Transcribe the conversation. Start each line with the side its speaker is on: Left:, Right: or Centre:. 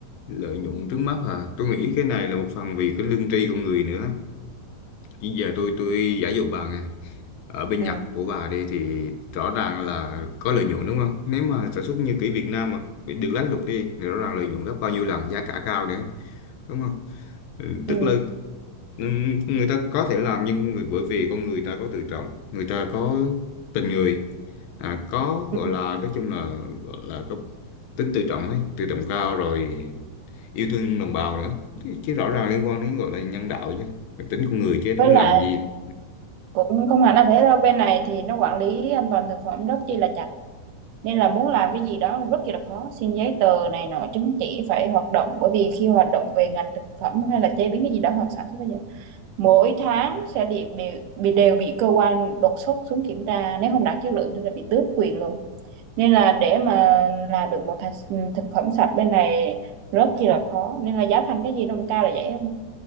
Left: lợi nhuận trước mắt à tôi nghĩ cái này là một phần vì cái lương tri của người nữa chứ giờ tôi tôi giả dụ bà nè ở bên
Right: ừ
Left: Nhật của bà đây thì rõ ràng là có lợi nhuận đúng không nếu mà sản xuất như kiểu Việt Nam mà bị được lánh luật đi thì rõ ràng lợi nhuận gấp bao nhiêu lần giá cả cao nữa đúng không Ừ,
Right: ừ
Left: tức là Ừm, người ta có thể làm nhưng vì- bởi vì con người ta có tự trọng người ta có tình người à, có
Right: ừ
Left: gọi là nói chung là gọi là có tính tự trọng ấy tự trọng cao rồi yêu thương đồng bào nữa chứ, chứ rõ ràng liên quan đến gọi là nhân đạo chứ tính con người chứ
Right: với
Left: tính
Right: lại
Left: làm gì
Right: cũng không hẳn là thế đâu bên này thì nó quản lý an toàn thực phẩm rất chi là chặt nên là muốn làm cái gì đó rất là khó xin giấy tờ này nọ chứng chỉ phải hoạt động bởi vì khi hoạt động về ngành thực phẩm hay là chế biến cái gì đó hoặc sản xuất bây giờ mỗi tháng sẽ bị, bị, bị đều bị cơ quan đột xuất xuống kiểm tra nếu không đạt chất lượng thì là bị tước quyền luôn nên là để mà làm được một thành- thực phẩm sạch bên này rất là khó nên là giá thành cái gì nó cũng cao là vậy không